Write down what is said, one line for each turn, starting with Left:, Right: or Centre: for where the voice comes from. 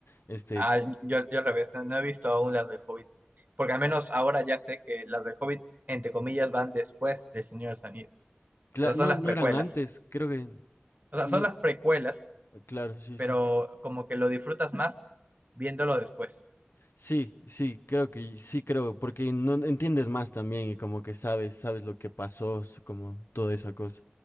Left: Este,
Right: Ah, yo, yo al revés, no, no he visto aún las del Hobbit, porque al menos ahora ya sé que las del Hobbit, entre comillas, van después del Señor de los Anillos.
Left: cla-
Right: O sea,
Left: no,
Right: son las
Left: no
Right: precuelas.
Left: eran antes, creo que...
Right: O
Left: No,
Right: sea, son las precuelas,
Left: claro, sí,
Right: pero
Left: sí.
Right: como que lo disfrutas más viéndolo después.
Left: Sí, sí, creo que sí creo, porque no entiendes más también y como que sabes, sabes lo que pasó, s- como toda esa cosa.